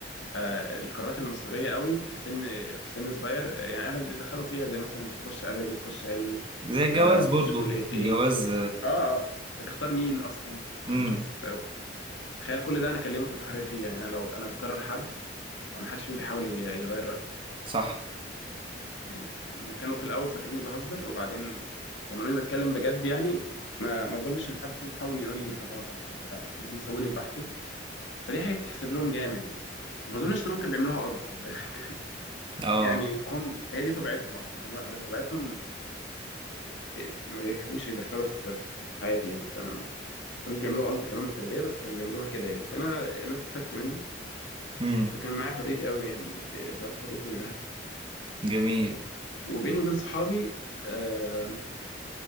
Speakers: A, on the left; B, on the right.
A: آه، القارات المصرية قوي في سن في سن صغير آه، يعني أهلك بيدخلوا فيها زي مثلا أنت تخش أدبي تخش علمي
B: زي الجواز
A: آه، تخش
B: برضو
A: كلية إيه
B: جواز
A: آه آه هتختار مين أصلا
B: امم
A: يعني شوف آه، تخيل كل ده أنا كان ليا مطلق الحرية فيه يعني أنا لو أنا مكرر حد أو ما حدش فيهم بيحاول ي- يغير رأيي
B: صح
A: يعني هم كانوا في الأول فاكريني بهزر وبعدين لما لقوني بتكلم بجد يعني ما ما أظنش إن حد فيهم حاول يقول لي أنت غلط أو حاجة لا يعني هم سووني براحتي فدي حاجة تتحسب لهم جامد يعني وما أظنش إن هم كانوا بيعملوها قصد خد بالك
B: اه
A: يعني هم هي دي طبيعتهم اصلا هم بطبيعتهم بي- ما بيحبوش يدخلوا في في حياتي يعني فما كانوش بيعملوها قصد كلام التربيه بس كانوا بيعملوها كده يعني فانا انا استفدت منها
B: امم
A: فكان معايا حريتي قوي يعني ب- في العلاقه بيني وبين اهلي
B: جميل
A: وبيني وبين صحابي آم،